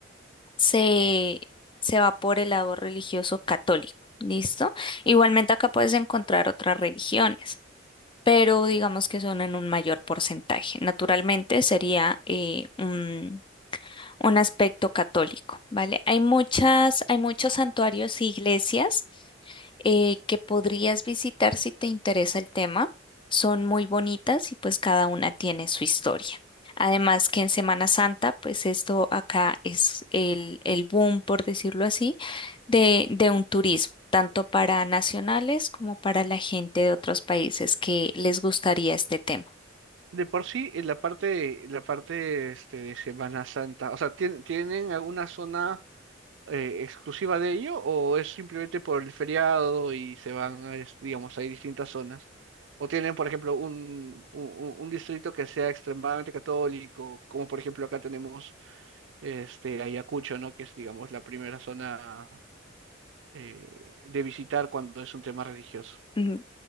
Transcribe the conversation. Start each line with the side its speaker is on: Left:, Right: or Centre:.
Left: se, se va por el lado religioso católico, ¿listo? Igualmente acá puedes encontrar otras religiones. pero digamos que son en un mayor porcentaje. Naturalmente sería eh, un aspecto católico, ¿vale? Hay muchas, hay muchos santuarios e iglesias eh, que podrías visitar si te interesa el tema. Son muy bonitas y pues cada una tiene su historia. Además que en Semana Santa, pues esto acá es el, el boom, por decirlo así, de, de un turismo, tanto para nacionales como para la gente de otros países que les gustaría este tema.
Right: De por sí, en la parte, en la parte este, de Semana Santa, o sea, tien- tienen alguna zona eh, exclusiva de ello o es simplemente por el feriado y se van, a es- digamos, hay distintas zonas? ¿O tienen, por ejemplo, un, un, un un distrito que sea extremadamente católico, como por ejemplo acá tenemos este, Ayacucho, ¿no? Que es, digamos, la primera zona eh, de visitar cuando es un tema religioso.
Left: Mm,